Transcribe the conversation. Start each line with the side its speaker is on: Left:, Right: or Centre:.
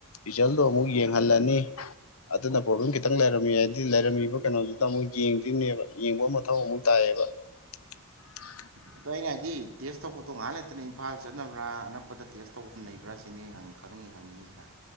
Left: ꯔꯤꯖꯜꯗꯣ ꯑꯃꯨꯛ ꯌꯦꯡꯍꯜꯂꯅꯤ ꯑꯗꯨꯅ ꯄ꯭ꯔꯣꯕ꯭ꯂꯦꯝ ꯈꯤꯇꯪ ꯂꯩꯔꯝꯃꯤ ꯍꯥꯏꯗꯤ ꯂꯩꯔꯝꯃꯤꯕ ꯀꯩꯅꯣꯗꯨꯗ ꯑꯃꯨꯛ ꯌꯦꯡꯗꯨꯏꯅꯦꯕ ꯌꯦꯡꯕ ꯃꯊꯧ ꯑꯃꯨꯛ ꯇꯥꯏꯌꯦꯕ <unintelligible>
Right: ꯑꯗꯣ ꯑꯩꯅ ꯍꯥꯏꯗꯤ ꯇꯦꯁ ꯇꯧꯕꯗꯣ ꯉꯥꯏꯍꯥꯛ ꯂꯩꯇꯅ ꯏꯝꯐꯥꯜ ꯆꯠꯅꯕ꯭ꯔꯥ ꯑꯅꯛꯄꯗ ꯇꯦꯁ ꯇꯧꯐꯝ ꯂꯩꯕ꯭ꯔꯥ ꯁꯤꯅꯦ ꯑꯩꯅ ꯍꯪꯉꯤꯗꯤ ꯈꯪꯅꯤꯡꯉꯤ ꯈꯪꯅꯤꯡꯉꯤ ꯁꯨꯃꯥꯏ